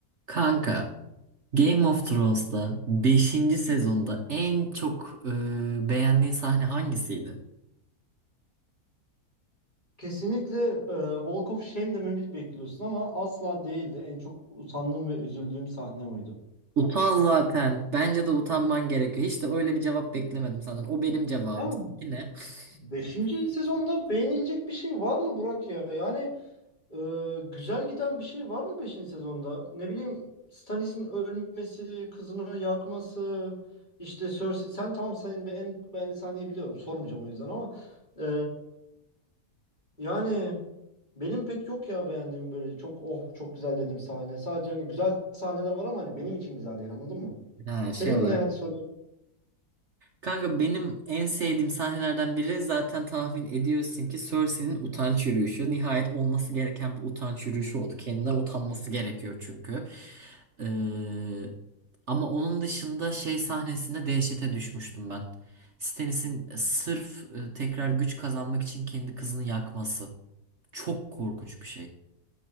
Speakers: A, on the right (about 50°); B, on the left (about 30°).
A: Kanka, Game of Thrones'ta beşinci sezonda en çok e, beğendiğin sahne hangisiydi?
B: Kesinlikle e, Walk of Shame dememi bekliyorsun ama asla değildi. En çok utandığım ve üzüldüğüm sahne oydu.
A: Utan zaten. Bence de utanman gerekiyor. Hiç de öyle bir cevap beklemedim senden. O benim cevabım.
B: Ya
A: Seninki ne? <laughs>
B: beşinci sezonda beğenilecek bir şey var mı Burak ya? Yani e, güzel giden bir şey var mı beşinci sezonda? Ne bileyim Stannis'in ölmesi, kızını yakması, işte Cersei. Sen tamam senin be- en beğendiğin sahneyi biliyorum. Sormayacağım o yüzden ama e, yani Benim pek yok ya beğendiğim böyle çok oh çok güzel dediğim sahne. Sadece hani güzel sahneler var ama hani benim için güzel değil anladın mı?
A: Ha,
B: Senin
A: şey olarak
B: ne hadi sorayım.
A: Kanka benim en sevdiğim sahnelerden biri zaten tahmin ediyorsun ki Cersei'nin utanç yürüyüşü. Nihayet olması gereken bir utanç yürüyüşü oldu. Kendinden utanması gerekiyor çünkü. Ee, ama onun dışında şey sahnesinde dehşete düşmüştüm ben. Stannis'in sırf e, tekrar güç kazanmak için kendi kızını yakması. Çok korkunç bir şey.